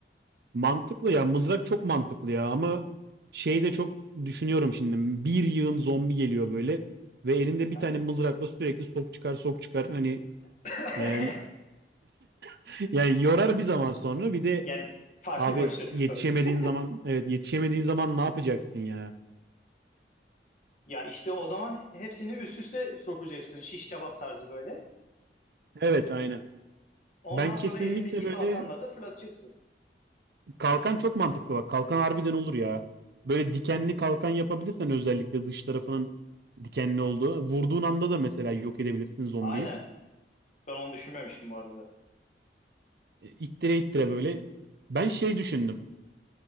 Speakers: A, on the right (about 60°); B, on the left (about 45°).
A: Mantıklı ya. Mızrak çok mantıklı ya ama şey de çok düşünüyorum şimdi. Bir yığın zombi geliyor böyle ve elinde
B: Ha?
A: bir tane mızrakla sürekli sok çıkar sok çıkar hani
B: <laughs>
A: e, <laughs> yani yorar bir zaman sonra bir de
B: Yani farklı
A: Abi
B: bir bakış açısı
A: yetişemediğin
B: tabii. <laughs>
A: zaman evet yetişemediğin zaman ne yapacaksın ya?
B: Ya işte o zaman hepsini üst üste sokacaksın. Şiş kebap tarzı böyle.
A: Evet aynen.
B: Ondan
A: Ben kesinlikle
B: sonra elindeki
A: böyle
B: kalkanla da fırlatacaksın.
A: kalkan çok mantıklı bak. Kalkan harbiden olur ya. Böyle dikenli kalkan yapabilirsen özellikle dış tarafının dikenli olduğu. Vurduğun anda da mesela yok edebilirsin zombiyi.
B: Aynen. Ben onu düşünmemiştim bu arada.
A: E, İttire ittire böyle. Ben şey düşündüm.